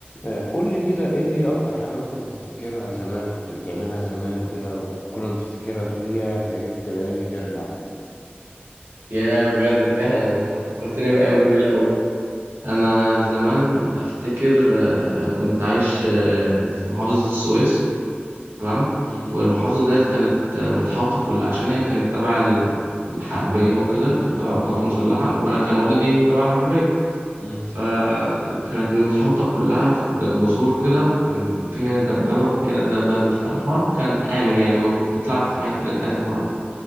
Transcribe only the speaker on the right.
يا بجد فعلا انت فكرتني
بأيام جميلة أوي أنا زمان أفتكر آه، كنت عايش آه، في محافظة السويس تمام
والمحافظة ديت كانت آه، متحوطة كل عشان هي كانت تبع ال- الحربية وكده كانت تبع القوات
المسلحة وأنا كان والدي تبع الحربية
فكانت متحوطة كلها ب- بسور كده وكان في هنا دبابة وفي هنا دبابة فالحوار كان آمن يعني وكنت تلعب في الحتة اللي أنت عايزها براحتك